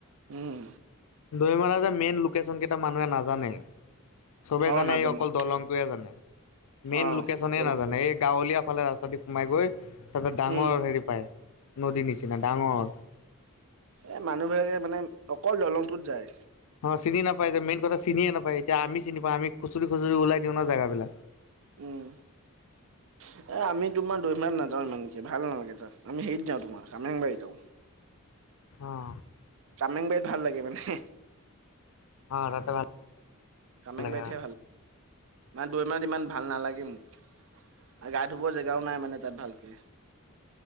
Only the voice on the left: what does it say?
দৈমাৰা যে মেইন লোকেচন কেইটা মানুহে নাজানে। চবে
জানে
এই অকল দলংটোৱে জানে। মেইন
লোকেচনে
নাজানে এই গাঁৱলীয়া ফালে ৰাস্তা দি সোমাই গৈ তাতে ডাঙৰ
হেৰী পায়, নদীৰ নিচিনা ডাঙৰ
অঁ চিনি নাপায় যে মেইন কথা চিনিয়ে নাপায় এতিয়া আমি চিনি পাওঁ আমি খুচুৰি খুচুৰি ওলাই দিওঁ ন জেগাবিলাক।
<inaudible>
অঁ।
অঁ তাতে ভাল
লাগে